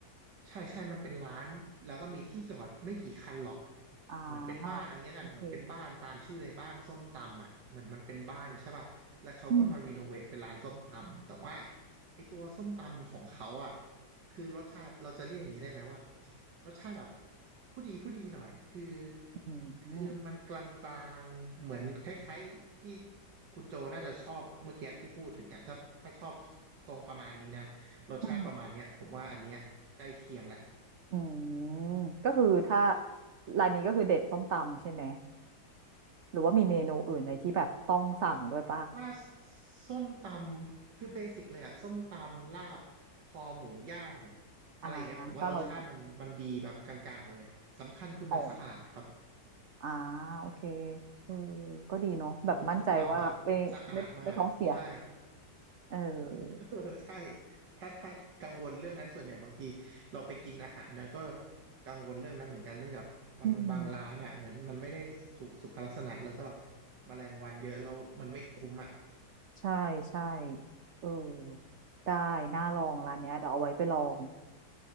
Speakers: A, on the right; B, on the right.
A: ใช่ใช่มันเป็นร้านแล้วก็มีที่จอดไม่กี่คันหรอก
B: อ่าโอเค
A: เหมือนเป็นบ้านเอาเงี้ยกันเหมือนเป็นบ้านตามชื่อเลยบ้านส้มตำอ่ะเหมือนมันเป็นบ้านใช่ป่ะแล้วเขาก็มารีโนเวทเป็นร้านส้มตำแต่ว่า
B: อืม
A: ไอตัวส้มตำของเขาอ่ะคือรสชาติเราจะเรียกอย่างนี้ได้ไหมว่ารสชาติแบบผู้ดีผู้ดีหน่อยคือ
B: อืมอืม
A: คือมันกลางๆเหมือนคล้ายๆที่คุณโจน่าจะชอบเมื่อกี้ที่พูดถึงอ่ะถ้าถ้าชอบทรงประมาณนี้นะรสชาติประมาณเนี้ยผมว่าอันเนี้ย
B: อืม
A: ใกล้เคียงแหละ
B: อืมก็คือถ้าร้านนี้ก็คือเด็ดส้มตำใช่ไหมหรือว่ามีเมนูอื่นอะไรที่แบบต้องสั่งด้วยป่ะ
A: ว่าส้มตำคือเบสิกเลยอะส้มตำลาบคอหมูย่างอะไรอย่างเงี้ยผมว่ารสชาติมันมันดีแบบกลางๆหมดเลยสำคัญคือมันสะอาดครับ
B: อ่าก็อร่อยหมดอ๋ออ่าโอเคเออก็ดีเนาะแบบมั่นใจว่าไม่ไม่ไม่ท้องเสีย
A: เออคือทำแบบสะอาดมากใช่
B: เออ
A: <laughs> เออใช่ถ้าถ้ากังวลเรื่องนั้นส่วนใหญ่บางทีเราไปกินอาหารเนะก็กังวลเรื่องนั้นเหมือนกันเนื่องจากบางบางร้านอ่ะเหมือนมันไม่ได้ถูกสุขลักษณะแล้วก็
B: อืม
A: แมลงวันเยอะแล้วมันไม่คุ้มอ่ะ
B: ใช่ใช่เออได้น่าลองร้านเนี้ยเดี๋ยวเอาไว้ไปลอง